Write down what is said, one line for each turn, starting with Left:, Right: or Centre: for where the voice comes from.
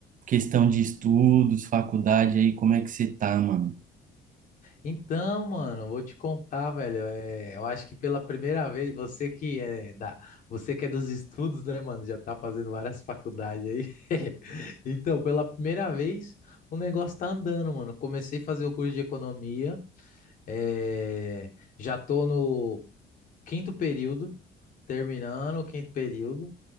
Right: questão de estudos, faculdade aí, como é que você tá, mano?
Left: Então, mano, vou te contar, velho. é, eu acho que pela primeira vez, você que é da, você que é dos estudos, né, mano? Já tá fazendo várias faculdades aí. <laughs> Então, pela primeira vez, o negócio tá andando, mano. Comecei a fazer o curso de economia. é, já tô no quinto período, terminando o quinto período.